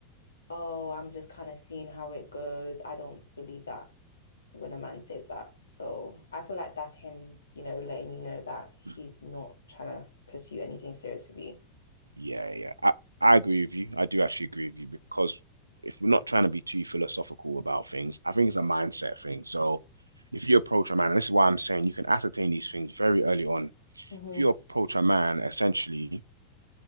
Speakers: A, on the left (about 70°); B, on the right (about 80°).
A: oh, I'm just kind of seeing how it goes. I don't believe that when a man says that. So I feel like that's him, you know, letting you know that he's
B: Mm-hmm.
A: not trying to pursue anything serious with you.
B: Yeah, yeah. I, I agree with you. I do actually agree with you because if we're not trying to be too philosophical about things, I think it's a mindset thing. So if you approach a man, and this is why I'm saying you can ascertain these things very early on.
A: hmm
B: If you approach a man essentially